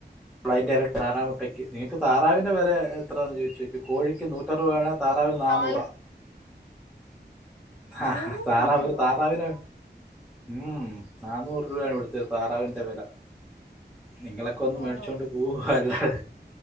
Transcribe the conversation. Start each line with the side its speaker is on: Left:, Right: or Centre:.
Centre: <unintelligible> തറാമുട്ടയ്ക്ക് നിങ്ങക്ക് താറാവിന്റെ വില എത്രാന്ന് ചോദിച്ചു നോക്കിക്കേ കോഴിക്ക് നൂറ്റി <unintelligible> താറാവിന് നാന്നൂറാ
Left: താല നാനൂറ്
Centre: ആഹാ താറാവ്,
Left: രൂപയാണോ
Centre: ഒരു താറാവിനെ ഉം നാന്നൂറ് രൂപയാണ് ഇവിടത്തെ താറാവിന്റെ വില നിങ്ങളൊക്കെ ഒന്ന് മേടി
Left: ആഹാ
Centre: ചുണ്ട് പൂ പോലെ ഹ്